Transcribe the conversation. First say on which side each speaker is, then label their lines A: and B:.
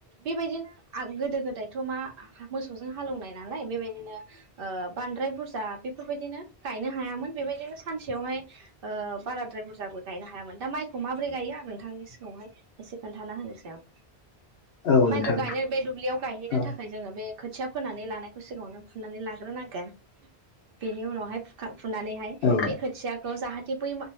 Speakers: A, on the right; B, on the left.
A: बेबायदिनो गोदो गोदायथ' मा मोसौजों हालेवनाय नालाय बेबायदिनो ओ बांद्राय बुरजा बेफोरबायदिनो गायनो हायामोन बेबायदिनो सानसेयावहाय ओ बाराद्राय बुरजाबो गायनो हायामोन दा माइखौ माब्रै गायो आं नोंथांनि सिगाङावहाय एसे खोन्थाना होनोसै आं
B: औ
A: माइखौ
B: नोंथां
A: गायनो बे दुब्लियाव गायहैनो
B: औ
A: थाखाय जोङो बे खोथिया फोनानै लानायखौ सिगाङावनो फुनानै लाग्रोनांगोन बेनि उनावहाय फुखां फुनानैहाय
B: औ
A: बे खोथियाखौ जाहाथे बै